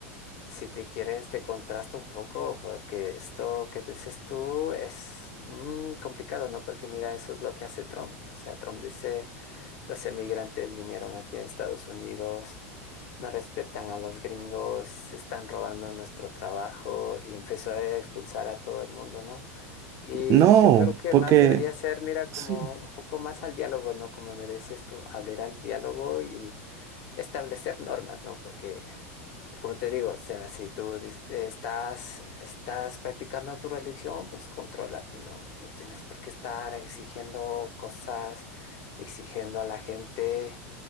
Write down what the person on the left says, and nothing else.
si te quieres, te contrasto un poco porque esto que tú dices tú es mm, complicado, ¿no? Porque mira, eso es lo que hace Trump. O sea, Trump dice, los emigrantes vinieron aquí a Estados Unidos no respetan a los gringos, se están robando nuestro trabajo y empezó a expulsar a todo el mundo, ¿no? Y
yo creo que
más debería ser, mira, como
un poco más al diálogo, ¿no? Como me decías tú, abrir al diálogo y establecer normas, ¿no? Porque, como te digo, o sea, si tú dis- estás, estás practicando tu religión, pues contrólate, ¿no? No tienes por qué estar exigiendo cosas, exigiendo a la gente